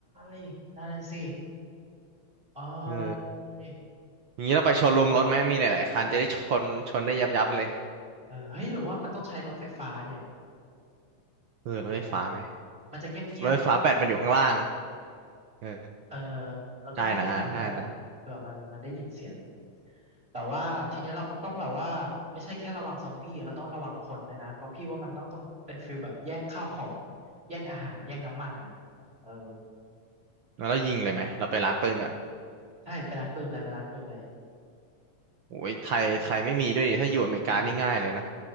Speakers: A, on the right; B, on the right.
A: ยนั่นนะสิอ้าย
B: เอออย่างนี้เราไปโชว์รูมรถไหมมีหลายๆคันจะได้ชนชนได้ยับยับเลย
A: เออเฮ้ยหรือว่ามันต้องใช้รถไฟฟ้าเนี่ย
B: เออรถไฟฟ้าไหม
A: ดีไหมมันจะเงียบเงียบไง
B: รถไฟฟ้าแบตมันอยู่ข้างล่างเออ
A: เออแล้วก็เงียบๆด้วย
B: ได้นะได้นะ
A: เผื่อมันมันได้ยินเสียงแต่ว่าทีเนี้ยเราต้องแบบว่าไม่ใช่แค่ระวังซอมบี้เราต้องระวังคนด้วยนะเพราะพี่ว่ามันต้องต้องเป็นฟิลแบบแย่งข้าวของแย่งอาหารแย่งน้ำมันนะเออ
B: แล้วเรายิงเลยไหมเราไปร้านปืนก่อน
A: ใช่ไปร้านปืนเลยไปร้านปืนเลย
B: โอ้ยไทยไทยไม่มีด้วยดิถ้าอยู่อเมริกานี่ง่ายเลยนะ